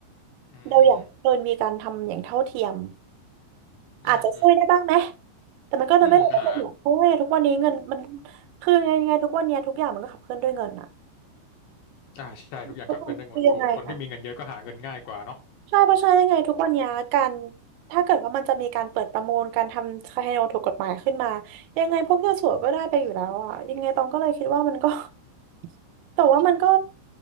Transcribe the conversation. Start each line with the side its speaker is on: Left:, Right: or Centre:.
Left: อืม
Right: เราอยากเกินมีการทำอย่างเท่าเทียม
Left: อืมอืม
Right: อาจจะช่วยได้บ้างไหมแต่มันก็เลยไม่ได้เป็นหรอกเพราะว่าทุกวันนี้เงินมัน
Left: อืมอ่า
Right: คือยังไงทุกวันเนี้ยทุกอย่างมันก็ขับเคลื่อนด้วยเงินอะ
Left: อ่าใช่ทุกอย่างขับเคลื่อนได้วยเงินถูกคนที่มีเงินเยอะก็หาเงินง่ายกว่าเนาะ
Right: ทุกวันคือยังไงอะ ใช่เพราะฉะนั้นยังไงทุกวันเนี้ยการถ้าเกิดว่ามันจะมีการเปิดประมูลการทำคาสิโนถูกกฎหมายขึ้นมายังไงพวกเจ้าสัวก็ได้ไปอยู่แล้วอ่ะยังไงตองก็เลยคิดว่ามันก็ <laughs> แต่ว่ามันก็